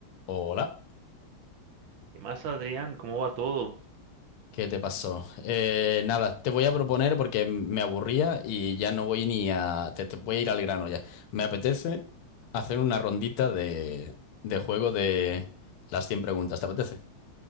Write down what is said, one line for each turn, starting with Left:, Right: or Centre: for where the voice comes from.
Left: Hola,
Right: ¿Qué más, Adrián? ¿Cómo va todo?
Left: ¿qué te pasó? Eh, nada, te voy a proponer porque me aburría y ya no voy ni a... Te, te voy a ir al grano ya. Me apetece hacer una rondita de, de juego de las 100 preguntas, ¿te apetece?